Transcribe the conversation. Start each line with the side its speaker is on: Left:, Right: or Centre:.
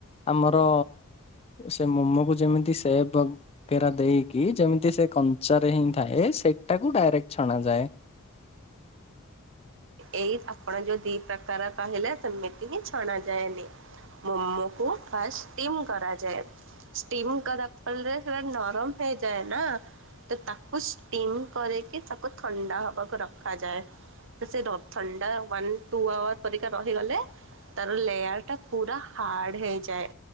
Left: ଆମର ସେ ମୋମୋକୁ ଯେମିତି ସେବ୍ କେରା ଦେଇକି ଯେମିତି ସେ କଞ୍ଚାରେ ହିଁ ଥାଏ ସେଇଟାକୁ ଡାଇରେକ୍ଟ ଛଣାଯାଏ।
Right: ଏଇ ଆପଣ ଯୋଉ ଦି ପ୍ରକାର କହିଲା ସେମିତି ହିଁ ଛଣା ଯାଏନି। ମୋମୋ କୁ ଫାର୍ଷ୍ଟ ଟିମ୍ କରାଯାଏ। ଷ୍ଟିମ୍ କରା ପର୍ ରେ ସେଗୁରା ନରମ ହେଇଯାଏ ନା। ତ ତାକୁ ଷ୍ଟିମ କରିକି ତାକୁ ଥଣ୍ଡା ହବାକୁ ରଖାଯାଏ। ସେ ର-ଥଣ୍ଡା ୱାନ୍ ଟୁ ଆୱାର ପରିକା ରହିଗଲେ ତାର ଲେୟାର୍ ଟା ପୁରା ହାର୍ଡ ହେଇଯାଏ।